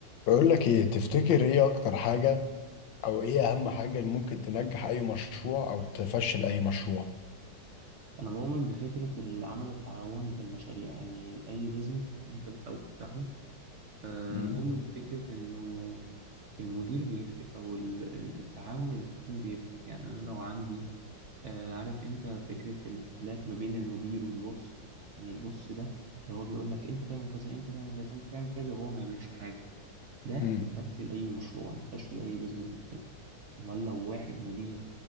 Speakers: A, on the left; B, on the right.
A: بقول لك ايه تفتكر ايه اكتر حاجة او ايه اهم حاجة اللي ممكن تنجح اي مشروع او تفشل اي مشروع
B: أنا مؤمن بفكرة العمل التعاوني في المشاريع يعني أي بيزنس أنت بتحاول تفتحه آه،
A: مم.
B: مؤمن بفكرة إنه المدير بيفرق أو ال- ال- التعاون اللي في التيم بيفرق يعني أنا لو عندي آه، عارف أنت فكرة الاختلاف ما بين المدير والبوس يعني البوس ده اللي هو بيقول لك أنت تعمل كذا أنت تعمل كذا أنت تعمل كذا وهو ما يعملش حاجة ده
A: امم
B: يفشل اي مشروع يفشل اي بيزنس بيتفتح امال لو واحد مدير